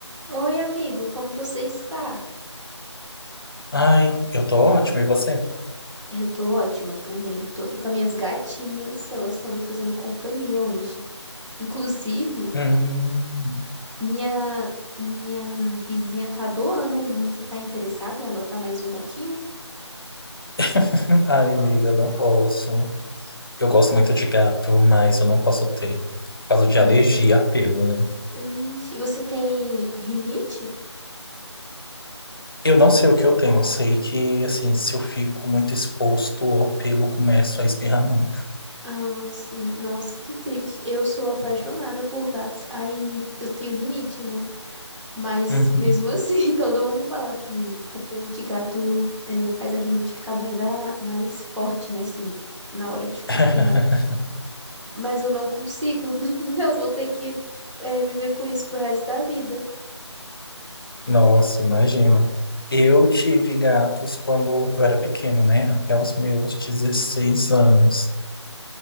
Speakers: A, on the right (about 80°); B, on the left (about 50°).
A: Oi, amigo, como você está?
B: Ai, eu tô ótimo e você?
A: Eu tô ótima também. Tô aqui com as minhas gatinhas, elas estão me fazendo companhia hoje. Inclusive,
B: Hum.
A: minha minha vizinha tá doando uma. Você tá interessado em adotar mais um gatinho?
B: <laughs> Ai, amiga, não posso. Eu gosto muito de gato, mas eu não posso ter. Por causa de
A: É.
B: alergia a pelo, né?
A: Ixi, você tem rinite?
B: Eu não sei o que eu tenho. Eu sei que, assim, se eu fico muito exposto ao pelo, eu começo a espirrar muito.
A: Ah, sim. Nossa, que triste. Eu sou apaixonada por gatos. Aí eu tenho rinite, né? Mas
B: Uhum.
A: mesmo assim, <laughs> todo mundo fala que o pelo de gato é, faz a rinite ficar mais, a, mais forte, né? Assim, na hora de ficar
B: <laughs>
A: espirrando. Mas eu não consigo. <laughs> Eu vou ter que é, viver com isso pro resto da vida.
B: Nossa, imagina. Eu tive gatos quando eu era pequeno, né? Até os meus 16 anos.